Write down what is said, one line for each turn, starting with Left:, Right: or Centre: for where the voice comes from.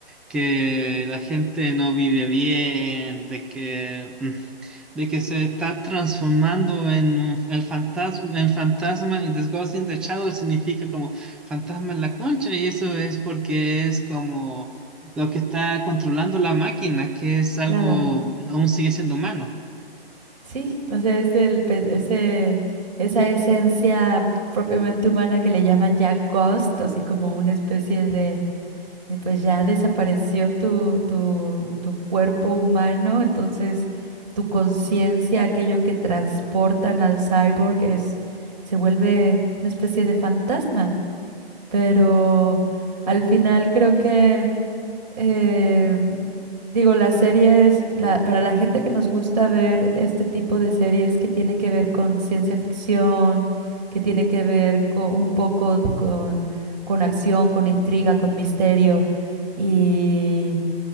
Centre: que la gente no vive bien, de que, mm, de que se está transformando en un- el fantasma, en fantasma, y The Ghost in the Shadow significa como fantasma en la concha, y eso es porque es como lo que está controlando la máquina, que es algo,
Right: claro.
Centre: aún sigue siendo humano.
Right: Sí, o sea, es el, pe- ese, esa esencia propiamente humana que le llaman ya ghost, así como una especie de Y pues ya desapareció tu, tu, tu cuerpo humano, entonces tu conciencia, aquello que transportan al cyborg, es, se vuelve una especie de fantasma. Pero al final creo que eh, digo, las series, la- para la gente que nos gusta ver este tipo de series que tiene que ver con ciencia ficción, que tiene que ver con, un poco d- con, con acción, con intriga, con misterio, y,